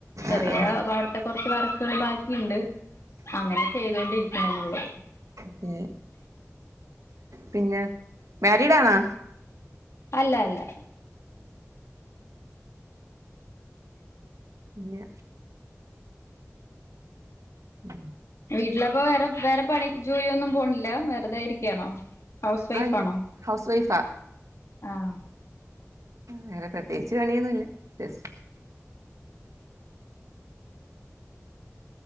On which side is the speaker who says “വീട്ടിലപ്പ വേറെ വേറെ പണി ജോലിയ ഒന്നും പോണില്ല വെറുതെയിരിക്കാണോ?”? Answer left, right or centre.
Left